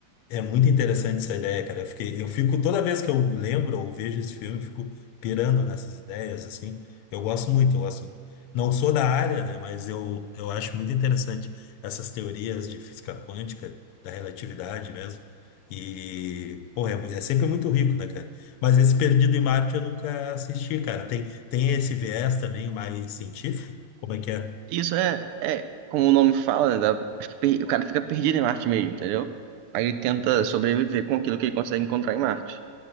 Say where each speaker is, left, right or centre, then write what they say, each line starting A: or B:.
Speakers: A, on the left (about 85°); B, on the right (about 85°).
A: É muito interessante essa ideia, cara. Eu fiquei, eu fico toda vez que eu lembro ou vejo esse filme, eu fico pirando nessas ideias, assim. Eu gosto muito, eu gosto. Não sou da área, né? Mas eu, eu acho muito interessante essas teorias de física quântica, da relatividade mesmo. E, pô, é, mu- é sempre muito rico, né, cara? Mas esse Perdido em Marte eu nunca assisti, cara. Tem, tem esse viés também mais científico? Como é que é?
B: Isso é, é como o nome fala, né, da- acho que per- o cara fica perdido em Marte mesmo, entendeu? Aí ele tenta sobreviver com aquilo que ele consegue encontrar em Marte.